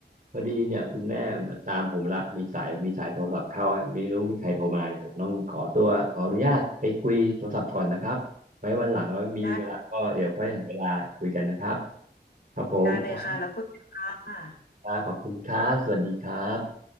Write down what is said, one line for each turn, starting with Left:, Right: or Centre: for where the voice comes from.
Right: พอดีเนี่ยคุณแม่มาตามผมละมีสายมีสายโทรศัพท์เข้าไม่รู้มีใครโทรมาเนี่ยผมต้องขอตัวขออนุญาตไปคุยโทรศัพท์ก่อนนะครับไว้วันหลังว่ามีเวลาก็เดี๋ยวค่อยหาเวลาคุยกันนะครับ
Left: ได้
Right: ครับผมครั
Left: ได้เลยค่ะ แล้วคุยกันค่ะ
Right: บขอบคุณครับสวัสดีครับ